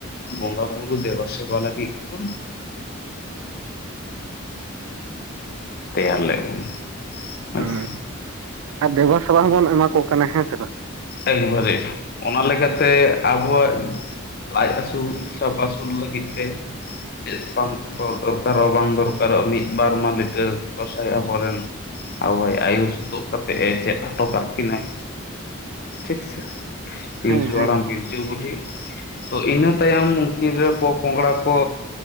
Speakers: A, on the left; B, on the right.
A: ᱵᱚᱸᱜᱟ ᱵᱩᱨᱩ ᱫᱵᱟ ᱥᱮᱵᱟ ᱞᱟᱜᱤᱜ ᱠᱚ
B: <inaudible>
A: ᱛᱮᱭᱟᱨ ᱞᱮᱫ ᱵᱚᱱᱟ᱾ ᱦᱳᱭ
B: ᱦᱩᱸ
A: ᱥᱮ
B: ᱟᱨ ᱫᱮᱵᱟ ᱥᱮᱵᱟ ᱦᱚᱸᱵᱚᱱ ᱮᱢᱟ ᱠᱚ ᱠᱟᱱᱟ ᱦᱮᱸ ᱥᱮ ᱵᱟᱝ᱾
A: ᱮᱠᱵᱟᱨᱮ ᱚᱱᱟ ᱞᱮᱠᱟᱛᱮ ᱟᱵᱚᱣᱟᱜ ᱞᱟᱡ ᱟᱹᱥᱩᱞ ᱥᱟᱵ ᱟᱹᱥᱩᱞ ᱞᱟᱹᱜᱤᱫ ᱛᱮ ᱪᱮᱫ ᱯᱟᱱᱛᱷᱟ ᱠᱚ ᱫᱚᱨᱠᱟᱨᱚᱜᱼᱟ ᱵᱟᱝ ᱫᱚᱨᱠᱟᱨᱚᱜᱼᱟ ᱢᱤᱫ ᱵᱟᱨ ᱢᱟ ᱞᱤᱴᱟᱹ ᱜᱚᱸᱥᱟᱭ ᱟᱵᱚᱨᱮᱱ ᱟᱵᱚᱭ ᱟᱭᱩᱨ ᱥᱩᱛᱩᱜ ᱠᱟᱛᱮᱜ ᱮ ᱪᱮᱫ ᱦᱚᱴᱚ ᱠᱟᱜ ᱠᱤᱱᱟᱭ᱾ ᱴᱷᱤᱠ ᱥᱮ ᱯᱤᱞᱪᱩ
B: ᱦᱮᱸ
A: ᱦᱟᱲᱟᱢ
B: ᱮᱠᱫᱚᱢ
A: ᱯᱤᱞᱪᱩ ᱵᱩᱰᱷᱤ ᱛᱚ ᱤᱱᱟᱹ ᱛᱟᱭᱚᱢ ᱩᱱᱠᱤᱱ ᱨᱮᱱ ᱯᱚᱼᱯᱚᱝᱲᱟ ᱠᱚ